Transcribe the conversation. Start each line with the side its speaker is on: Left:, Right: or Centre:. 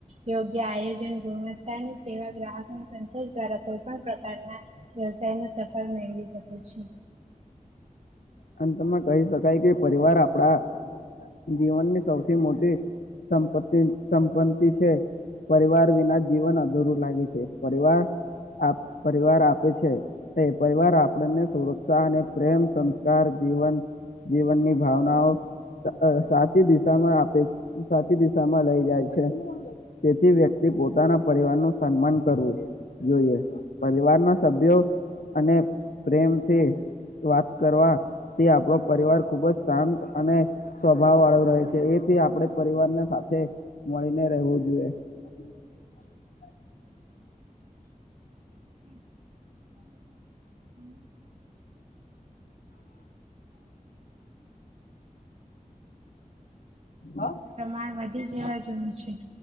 Right: યોગ્ય આયોજન ગુણવત્તાની સેવા ગ્રાહક સોષ દ્વારા કોઈ પણ પ્રકારના વ્યવસાય સફળ મેળવી શકે છે.
Left: અને તમાં કહી શકાય કે પરિવાર આપડા જીવનની સૌથી મોટી સંપત્તિ સંપત્તિ છે. પરિવાર વિના જીવન અધૂરું લાગે છે પરિવાર પરિવાર આપે છે એ પરિવાર આપણને સુરક્ષા અને પ્રેમ જીવન, જીવનની ભાવનાઓ સાચી દિશામાં આપે સાચી દિશામાં લઈ જાય છે. તેથી વ્યક્તિ પોતાના પરિવાર નું સન્માન કરવું જોઈએ પરિવાર ના સભ્યો અને પ્રેમથી વાત કરવા થી આપણો પરિવાર ખુબ જ શાંત અને સ્વભાવ વાળો રહે છે એથી આપડે પરિવારને સાથે મળીને રહેવું જોઈએ <inaudible>
Right: <inaudible>
Left: હા
Right: વધીવા છે